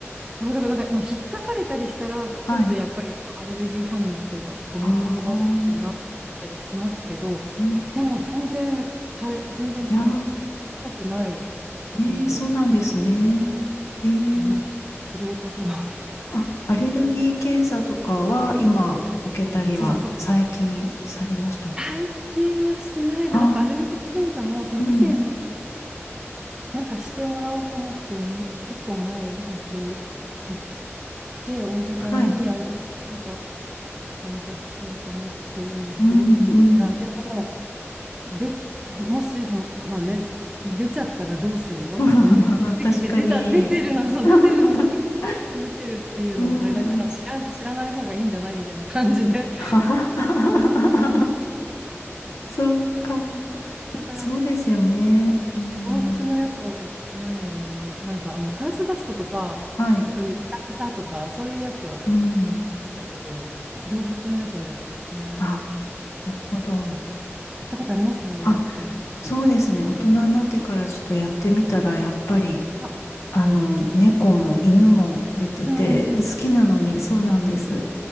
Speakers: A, on the right; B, on the left.
A: あだからなんか、まあ、引っかかれたりしたら、ちょっとやっぱりそのアレルギー反応っていうか、
B: はい。
A: こう、
B: ああ、
A: ミミズバレにはなったりしますけど、
B: うん
A: でも全然、たえ、全然その、
B: いやー、
A: しんどくない
B: えー、
A: 程度。
B: そうなんですね。えー、
A: もし拾うことがあれば。
B: あ、アレルギー検査とかは今受けたりは最近されましたか
A: そうそうそう。最近はしてないです。
B: あ
A: なんかアレルギー検査も、その以前、
B: ー、うん。
A: なんかしてもらおうと思って、なん、結構前ですけど、い行って、お医者さんにアレルギー検査
B: はい。
A: なんかしようと思ってるんですけどって言ったら、
B: うん、うん。
A: でも、で、そもし、その、まあね、出ちゃったらどうするのって、
B: <laughs>
A: その猫って聞いて、
B: 確かに。
A: 出た、出てるの、そう、出てるのに飼い続けるっていうのもあれだから、
B: <laughs> うん。
A: 知ら、知らない方がいいんじゃないみたいな感じで。
B: <laughs> そっか。
A: <laughs> だからアレルギー
B: そうですよね。うん。
A: 動物のやつはやってないな。なんかあの、ハウスダストとか、
B: はい。
A: そういうブラクサとか、そういうやつは
B: うん。
A: やりましたけど、動物のやつはやってないか。
B: あなるほど。
A: やったことありますアレルギー検査。
B: あ、そうですね。大人になってからちょっとやってみたら、やっぱり、
A: あ、
B: あの、
A: うん、結構やりました。
B: 猫も犬も出てて、
A: うんうんうん。
B: 好きなのに、そうなんです。